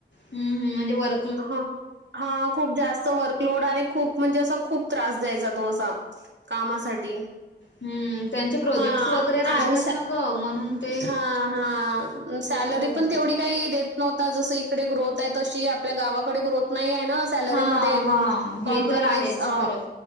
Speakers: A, on the left (about 90°); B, on the right (about 75°).
A: हम्म हम्म म्हणजे वर
B: हां हा खूप जास्त वर्कलोड आणि खूप म्हणजे असा खूप त्रास द्यायचा तो असा, कामासाठी
A: हम्म त्यांचे प्रोजेक्ट्स
B: हां
A: वगैरे राहतात
B: आणि मी सा
A: ना ग म्हणून ते
B: हां हां सॅलरी
A: तसे करतात.
B: पण तेवडी काई देत नव्हता, जस इकडे ग्रोथ आहे तशी आपल्या गावाकडे ग्रोथ नाही ये ना अस सॅलरी
A: हा
B: मध्ये
A: हा
B: मग
A: हे
B: कॉम्प्रोमाइज
A: तर आहेच
B: अं
A: फरक